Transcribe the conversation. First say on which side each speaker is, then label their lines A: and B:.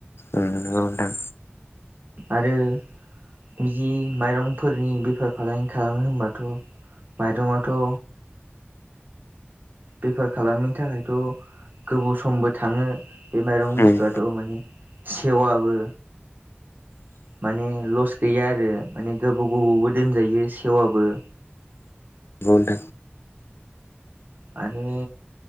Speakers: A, on the left (about 75°); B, on the right (about 45°).
A: उम नंगौ नोंथां।
B: आरो बिदि माइरंफोरनि बेफार फालांगि खालामनो होनबाथ' माइरङाथ' बेफार खालामनि थाखायथ' गोबाव समबो थाङो बे माइरं
A: उम
B: बुस्थुआथ' माने सेवाबो माने लस गैया आरो माने गोबाव गोबावबो दोनजायो सेवाबबो।
A: बुथ
B: आरो